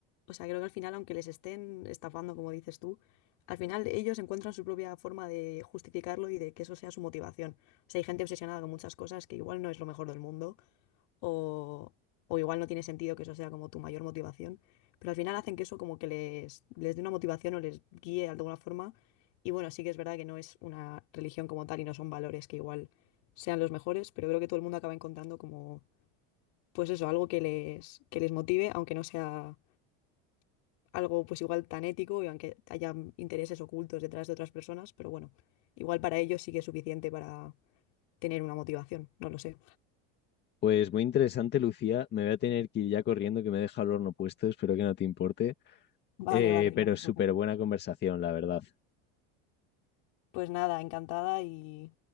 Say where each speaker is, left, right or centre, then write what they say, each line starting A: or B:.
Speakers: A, on the left (about 65°); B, on the left (about 35°).
A: o sea, creo que al final, aunque les estén estafando, como dices tú, al final ellos encuentran su propia forma de justificarlo y de que eso sea su motivación. O sea, hay gente obsesionada con muchas cosas que igual no es lo mejor del mundo o, o igual no tiene sentido que eso sea como tu mayor motivación, pero al final hacen que eso como que les, les dé una motivación o les guíe de alguna forma. Y bueno, sí que es verdad que no es una religión como tal y no son valores que igual sean los mejores, pero creo que todo el mundo acaba encontrando como pues eso, algo que les, que les motive, aunque no sea algo pues igual tan ético y aunque haya intereses ocultos detrás de otras personas, pero bueno, igual para ellos sí que es suficiente para tener una motivación, no lo sé.
B: Pues muy interesante, Lucía. Me voy a tener que ir ya corriendo, que me deja el horno puesto, espero que no te importe.
A: Vale,
B: Eh,
A: vale, no
B: pero
A: te
B: súper
A: preocupes.
B: buena conversación, la verdad.
A: Pues nada, encantada y,